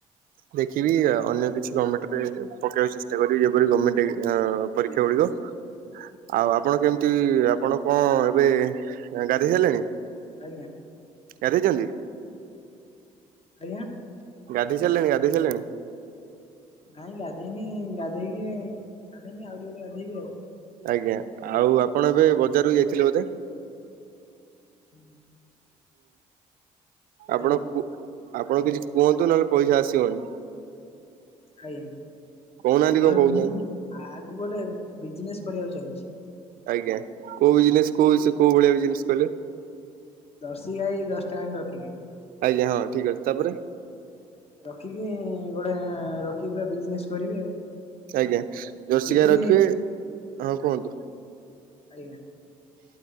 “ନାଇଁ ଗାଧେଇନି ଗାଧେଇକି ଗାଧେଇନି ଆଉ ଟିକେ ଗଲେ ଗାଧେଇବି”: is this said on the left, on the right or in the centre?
Left